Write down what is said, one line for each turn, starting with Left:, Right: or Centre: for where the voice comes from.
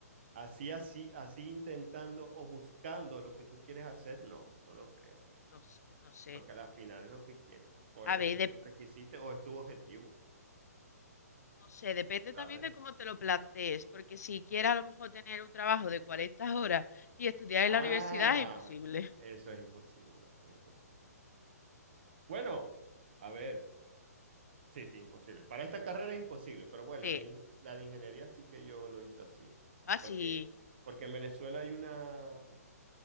Right: Así, así, así intentando o buscando lo que tú quieres hacer, no, no lo creo,
Left: No, s- no sé.
Right: porque al final es lo que quieres, o
Left: A
Right: es lo
Left: ver,
Right: que
Left: dep-
Right: siempre quisiste, o es tu objetivo,
Left: no sé, depende
Right: ¿sabes?
Left: también de cómo te lo plantees, porque si quieres a lo mejor tener un trabajo de 40 horas y estudiar
Right: Ah,
Left: en la universidad es imposible.
Right: eso es imposible, eso es imposible. Bueno, a ver. Sí, sí, imposible. Para esta carrera es imposible, pero bueno,
Left: Sí.
Right: de in- la de ingeniería sí que yo lo hice así,
Left: Ah,
Right: porque,
Left: sí.
Right: porque en Venezuela hay una,